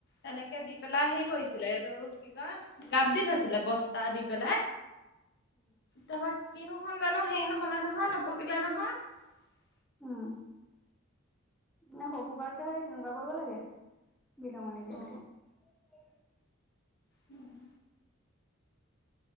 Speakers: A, on the left; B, in the centre.
A: তেনেকে দি পেলাই সেই কৰিছিলে এইটো কি ক গাপ দি থৈছিল ছিলে বস্তা দি পেলাই তাৰপা কিনো হল জানো হেইৰি নহলে নহয় নপকিলে নহয় <unintelligible>
B: উম নে সব কাৰকে হ তেনেকুৱা কৰিব লাগে বিলঙণি দিয়াতকে
A: অ
B: <unintelligible>
A: উম